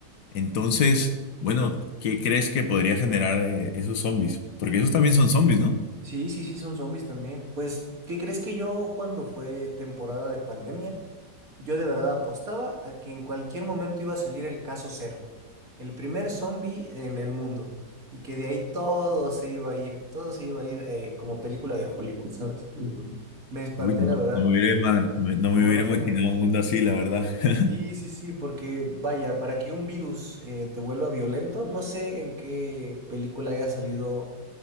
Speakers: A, on the left; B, on the right.
A: Entonces, bueno, ¿qué crees que podría generar eh, esos zombies? Porque esos también son zombies, ¿no?
B: Sí, sí, sí, son zombies también. Pues, ¿qué crees que yo cuando fue temporada de pandemia, yo de verdad apostaba a que en cualquier momento iba a salir el caso cero, el primer zombie en el mundo, y que de ahí todo se iba a ir, todo se iba a ir eh, como película de Hollywood, ¿sabes? Me espanté,
A: Uy, no,
B: la verdad,
A: no me
B: pero
A: hubiera, ima- no
B: qué
A: me
B: bueno
A: hubiera
B: que
A: imaginado
B: no.
A: un mundo así, la verdad. <laughs>
B: Sí, sí, sí, porque vaya, para que un virus eh, te vuelva violento, no sé en qué película haya salido